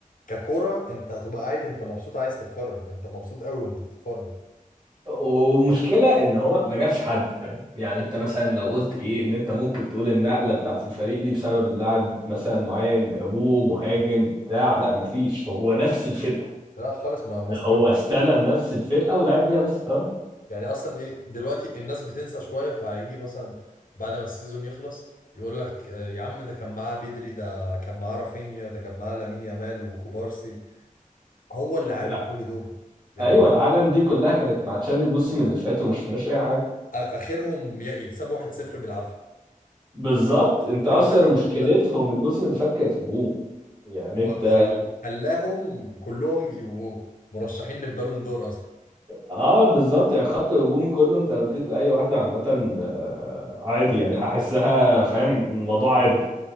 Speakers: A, on the left; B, on the right.
A: ككورة انت هتبقى قاعد انت مبسوط عايز تتفرج انت مبسوط قوي وانت بتتفرج
B: ومشكلة ان هو ما جابش حد فاهم يعني انت مثلا لو قلت ايه ان انت ممكن تقول النقلة بتاعت الفريق دي بسبب اللاعب مثلا معين جابوه مهاجم بتاع لا مفيش هو نفس الفرقة
A: لا خالص ما ما
B: ده
A: صرفش
B: هو استلم نفس الفرقة ولعب بيها بس اه
A: يعني اصلا ايه دلوقتي الناس بتنسى شويه فهيجي مثلا بعد ما السيزون يخلص يقول لك آه، يا عم ده كان معاه بدري ده كان معاه رافينيا ده كان معاه لامين يامال وكوبارسي هو اللي عامل
B: لا
A: كل دول يعني
B: ايوه العالم دي كلها كانت مع تشافي الموسم اللي فات وما شفناش اي حاجة
A: آ- اخرهم ي- يكسبوا 1-0 بالعافيه
B: بالظبط انت اصلا
A: دلوقتي
B: مشكلتهم
A: خل...
B: الموسم اللي فات كانت هجوم يعني
A: هو
B: انت
A: خل... خلاهم كلهم يبقوا مرشحين للبالون دور اصلا
B: اه بالظبط يعني خط الهجوم كله انت لو اديت اي واحده عامه آه، عادي يعني هحسها فاهم الموضوع عادي